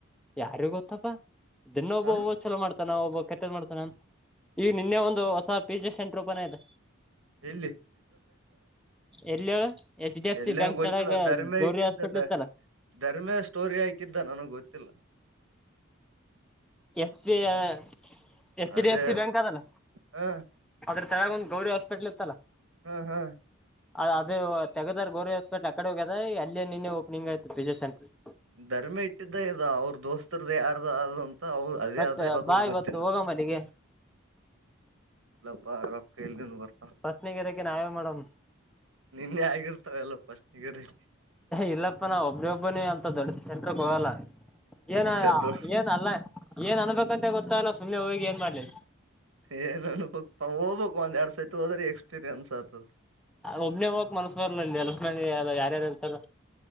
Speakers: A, in the centre; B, on the right.
A: ಯಾರಿ ಗೊತ್ತಪ್ಪಾ ದಿನ ಒಬ್ಬ
B: ಹ
A: ಮಾಡ್ತಾನ ಒಬ್ಬ ಕೆಟ್ಟದ ಮಾಡ್ತಾನ ನಿನ್ನೆ ಒಂದು ಹೊಸ. ಪಿಜಾ ಸೆಂಟರ್ ಓಪನ್ ಆಯ್ತ
B: ಎಲ್ಲಿ
A: ಎಲ್ಲಿ ಹೇಳು. ಎಚ್ ಡಿ ಎಫ್
B: ಎಲ್ಲಂಗೆ
A: ಸಿ ಬ್ಯಾಂಕ್
B: ಗೊತ್ತಿಲ್ಲ
A: ಕೆಳಗ
B: ಧರ್ಮ
A: ಗೌರಿ
B: ಇಟ್ಟಿದ್ದ
A: ಹಾಸ್ಪಿಟ್ಲ್
B: ದ
A: ಇತ್ತಲ್ಲ
B: ಧರ್ಮಿಯ ಸ್ಟೋರಿ ಹಾಕಿದ್ದ ನನಗ್ ಗೊತ್ತಿಲ್ಲ.
A: ಸ್ ಬಿ ಐ ಆ ಕೆ ಎಚ್
B: ಅದೇ
A: ಡಿ ಎಫ್ ಸಿ ಬ್ಯಾಂಕ್ ಅದಲ್ಲ
B: ಹ
A: ಅದ್ರ. ತಳ ಒಂದ ಗೌರಿ ಹಸ್ಪಿಟ್ಲ್ ಇತ್ತಲ್ಲ.
B: ಹಾ ಹಾ
A: ಅ ಅದು ತೆಗದಾರ್ ಗೌರ್ವ ಹಾಸ್ಪಿಟ್ಲ್ ಆಕಡೆ ಹೋಗೆದ ಅಲ್ಲಿ ನಿನ್ನೆ ಓಪ್ನಿಂಗ್ ಆಯತು ಪಿಜೆಷನ್. <unintelligible>
B: ಧರ್ಮಿ ಇಟ್ಟಿದ್ದ ಇದ ಅವ್ರ ದೋಸ್ತರದ್ದ ಯಾರ್ದ ಅಂತ. ಅವ ಅದೇ
A: ಮತ್ತ
B: ಅದ ಯಾವ್ದದು
A: ಬಾ
B: ಗೊತ್ತಿಲ್ಲ
A: ಇವತ್ತ ಹೋಗಮ ಅಲ್ಲಿಗೆ.
B: <unintelligible>
A: ಸ್ನಿಗೆರಕ್ಕ ನಾವ ಮಾಡಮ್
B: ನಿನ್ನೆ ಆಗಿರ್ತಾವೆಲ್ಲ ಫಸ್ಟ್ಗಿರಿ
A: ಇಲ್ಲಪ್ಪಾ ನಾ ಒಬ್ಬ ಒಬ್ಬನೇ ಅಂತ. ದೊಡ್ಡ ಸೆಂಟರ್ಗ್ಗೋಗಾಲ. ಏನಾ
B: ಸಡ್ಡು
A: ಏನ ಆಲ್ಲಾ. ಏನ್ ಅನ್ನಿಬೇಕಂತೆ ಗೊತ್ತಾಲ್ಲ ಸುಮ್ಮ್ನೆ ಹೋಗಿ ಏನ್ ಮಾಡ್ಲಿ.
B: ಏನ್ ಅನ್ಬಾಕ್ ಹ್ಬಬೇಕಕ್ ಒಂದ್ ಎರಡ್ ಸೈತ ಹೋದ್ರಿ ಎಕ್ಸ್ಪೀರಿಯನ್ಸ್ ಆಗ್ಬೇಕು.
A: ಒಬ್ನೇ ಹೋಗಕ್ ಮನ್ಸ್ ಬರ್ಲ ಎಲ ಮಲ್ಲ ಯಾರ್ಯಾರ ಇರ್ತಾರ.